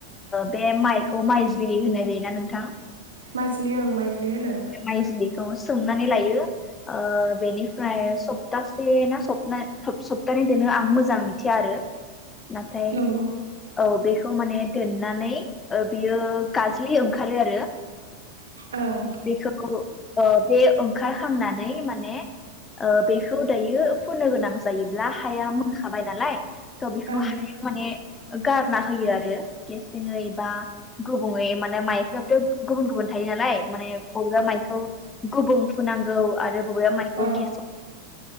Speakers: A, on the left (about 15°); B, on the right (about 70°).
A: बे माइखौ माइज्लि होननाय जायोना नोंथां
B: माइज्लि ओं माइज्लि होनो
A: माइज्लिखौ सोमनानै लायो ओ बेनिफ्राय सप्तासे ना सप थ सप्तानै दोनो आं मोजां मिथिया आरो नाथाय औ
B: नंगौ
A: बेखौ माने दोननानै बियो गाजलि ओंखारो आरो
B: ओं
A: बेखौ बे ओंखारखांनानै माने बेखौ दायो फोनो गोनां जायोब्ला हाया मोनखाबाय नालाय त' बेखौ
B: ओं
A: हाया माने गारना होयो आरो गेसेङै बा गुबुंयै माने माइफथ' गुबुन गुबुन थायो नालाय माने बरब्रा माइखौ गुबुं फुनांगौ आरो बबेबा माइखौ
B: औ
A: गेसे